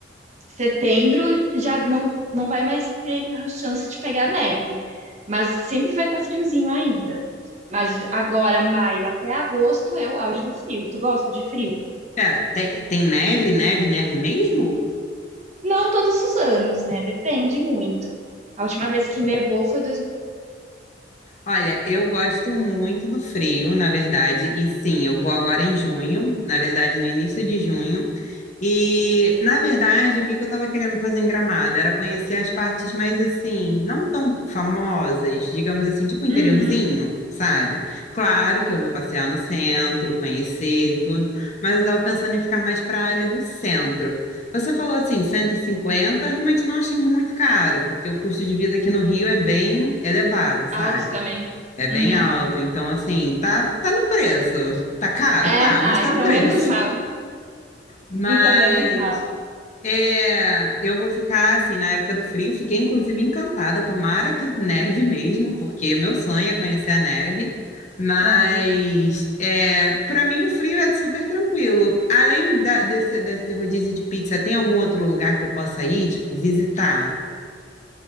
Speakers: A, on the right; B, on the left.
A: Setembro já não, não vai mais ter a chance de pegar neve, mas sempre vai estar friozinho ainda. Mas agora, maio até agosto, é o auge do frio. Tu gosta de frio?
B: Pera, tem, tem neve, neve, neve mesmo?
A: Não todos os anos, né? Depende muito. A última vez que nevou foi
B: Olha, eu gosto muito do frio, na verdade, e sim, eu vou agora em junho, na verdade, no início de junho. E, na verdade, o que que eu estava querendo fazer em Gramado era conhecer as partes mais assim, não tão famosas, digamos
A: 2021.
B: assim, tipo interiorzinho,
A: Uhum.
B: sabe? Claro que eu vou passear no centro, conhecer e tudo, mas eu estava pensando em ficar mais para a área do centro. Você falou assim, 150, eu realmente não achei muito caro, porque o custo de vida aqui no Rio é bem elevado, sabe?
A: Alto também.
B: É bem
A: Uhum.
B: alto, então assim, tá, tá no preço. Tá caro,
A: É,
B: tá,
A: ah,
B: mas tá
A: então
B: no preço.
A: menos mal.
B: Mas
A: Então menos mal.
B: é, eu vou ficar assim na época do frio, fiquei inclusive encantada, tomara que neve mesmo, porque meu sonho é conhecer a neve. Mas
A: Olha.
B: é, para mim o frio é super tranquilo. Além da- desse, desse rodízio de pizza, tem algum outro lugar que eu possa ir, tipo, visitar?